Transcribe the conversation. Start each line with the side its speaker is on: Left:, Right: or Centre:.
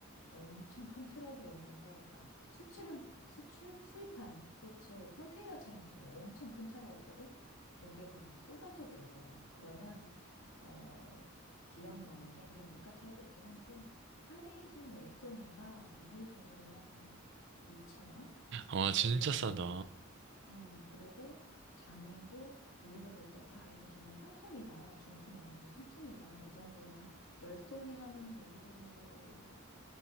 Left: 엄청 큰 트럭이 오면서, 그러니까 수출한, 수출? 수입한 꽃을 컨테이너 차량처럼 엄청 큰 차가 오거든? 거기에서 막 쏟아져 내려. 그러면, 어, 기억나는 게, 물론 물가 차이도 있긴 한데, 카네이션 열송이가 우리 돈으로 한2천원
Right: 와, 진짜
Left: 요 정도
Right: 싸다.
Left: 음, 그리고 장미도 우리가 볼 때, 야, 이건 정말 상품이다. 중품 아니고 상품이다. 이 정도가 한 10송이 하면 우리 돈으로